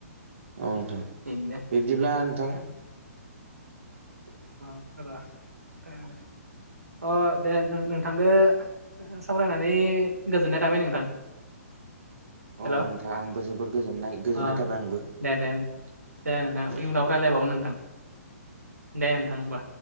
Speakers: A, on the right (about 55°); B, on the right (about 80°).
A: औ नोंथां
B: बिदिनो
A: बिब्दिब्ला नोंथां
B: <unintelligible> अ दे नों- नोंथांदो सावरायनानै गोजोननाय थाबाय नोंथां।
A: औ,
B: हेल'
A: नोंथाङा आंबो जोबोर गोजोननाय - गोजोननाय
B: अ
A: थाबाय आंबो।
B: दे दे दे नोंथां
A: दे
B: इयुनाव रायज्लायबावगोन नोंथां। दे नोंथां होमबा।